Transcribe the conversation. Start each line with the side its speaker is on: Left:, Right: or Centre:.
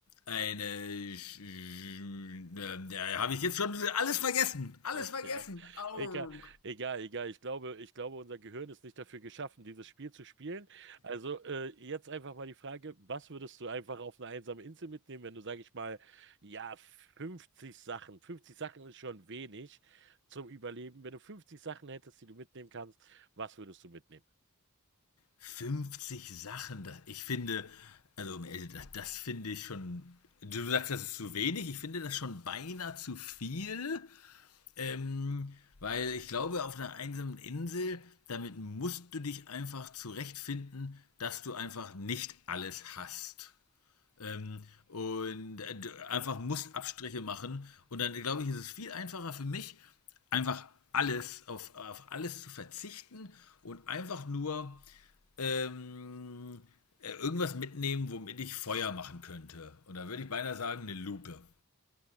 Left: eine. Sch- Sch- äh, Da habe ich jetzt schon alles vergessen. Alles
Right: <laughs>
Left: vergessen.
Right: Ja.
Left: Au.
Right: Egal, egal, egal. Ich glaube, ich glaube, unser Gehirn ist nicht dafür geschaffen, dieses Spiel zu spielen. Also äh, jetzt einfach mal die Frage, was würdest du einfach auf eine einsame Insel mitnehmen, wenn du, sage ich mal, ja, 50 Sachen, 50 Sachen ist schon wenig zum Überleben. Wenn du 50 Sachen hättest, die du mitnehmen kannst, was würdest du mitnehmen?
Left: 50 Sachen, das, ich finde, also um ehrlich, das, das finde ich schon. Du sagst, das ist zu wenig. Ich finde das schon beinahe zu viel, ähm, weil ich glaube, auf einer einsamen Insel, damit musst du dich einfach zurechtfinden, dass du einfach nicht alles hast. Ähm, und äh, einfach muss Abstriche machen. Und dann glaube ich, ist es viel einfacher für mich, einfach alles auf, auf alles zu verzichten und einfach nur ähm, äh, irgendwas mitnehmen, womit ich Feuer machen könnte. Und da würde ich beinahe sagen, eine Lupe.